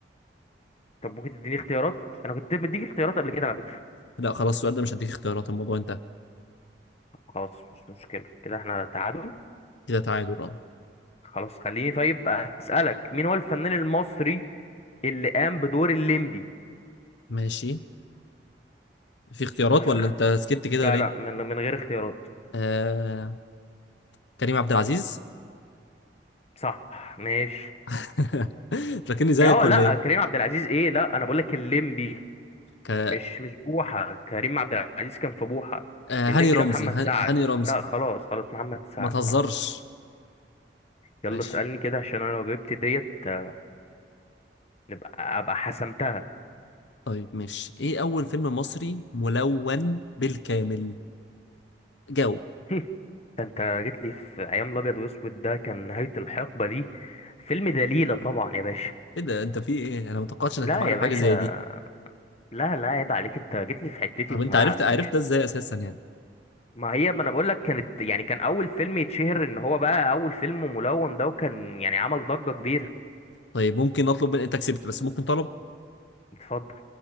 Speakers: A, on the left (about 35°); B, on the left (about 85°).
A: طب ممكن تديني اختيارات انا كنت مديك اختيارات قبل كده على فكرة
B: لا خلاص السؤال ده مش هديك اختيارات الموضوع انتهى
A: طب خلاص مش مشكلة كده احنا تعادل
B: كده تعادل اه
A: خلاص خليني طيب اسألك مين هو الفنان المصري اللي قام بدور الليمبي
B: ماشي في اختيارات
A: من غير
B: ولا انت سكت كده
A: لا
B: ليه
A: لا من من غير اختيارات
B: آه... كريم عبد العزيز
A: صح ماشي
B: <laughs> فاكرني زيك
A: اه
B: ولا
A: لا
B: ايه
A: كريم عبد العزيز ايه لا انا بقول لك الليمبي
B: ك...
A: مش مش بوحه كريم عبد العزيز كان في بوحه
B: آه...
A: الليمبي
B: هاني رمزي
A: ده محمد
B: هاني...
A: سعد
B: هاني رمزي
A: لا خلاص خلاص محمد سعد
B: ما تهزرش
A: محمد يلا
B: ماشي
A: اسالني كده عشان انا لو جبت ديت آه، نبقى ابقى حسمتها
B: طيب ماشي ايه اول فيلم مصري ملون بالكامل جاوب
A: <laughs> ده انت جيت لي في ايام الابيض واسود ده كان نهايه الحقبه دي فيلم دليله طبعا يا باشا
B: ايه ده انت في ايه انا ما توقعتش انك
A: لا
B: تبقى
A: يا
B: عارف
A: باشا
B: حاجه زي دي
A: لا لا عيب عليك انت جيت لي في حتتي
B: طب
A: وفي
B: انت
A: ملعبي
B: عرفت
A: يا
B: عرفت
A: باشا
B: ده ازاي اساسا يعني
A: ما هي ما انا بقول لك كانت يعني كان اول فيلم يتشهر ان هو بقى اول فيلم ملون ده وكان يعني عمل ضجة كبيرة
B: طيب ممكن اطلب من انت كسبت بس ممكن طلب
A: اتفضل